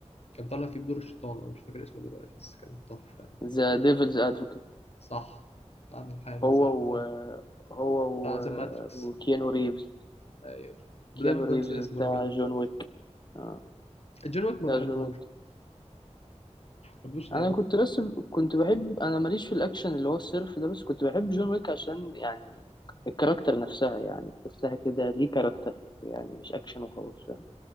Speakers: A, on the left; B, on the left.
A: كان طالع فيه بدور الشيطان انا مش فاكر اسمه دلوقتي بس كان تحفة يعني
B: ذا ديفلز
A: كان
B: ادفوكيت
A: صح بتاع المحامي
B: هو
A: صح صح
B: و هو
A: بتاع
B: و
A: ذا ماتريكس
B: وكيانو ريفز
A: ايوه دايما
B: كيانو
A: بنسى
B: ريفز
A: اسم
B: بتاع
A: الراجل ده
B: جون ويك اه
A: جون ويك
B: بتاع
A: ما بحبوش
B: جون ويك
A: ما بحبوش
B: انا كنت بس كنت بحب انا ماليش في الاكشن اللي هو الصرف ده بس كنت بحب جون ويك عشان يعني الكاركتر نفسها يعني تحسها كده ليه كاركتر يعني مش اكشن وخلاص فاهم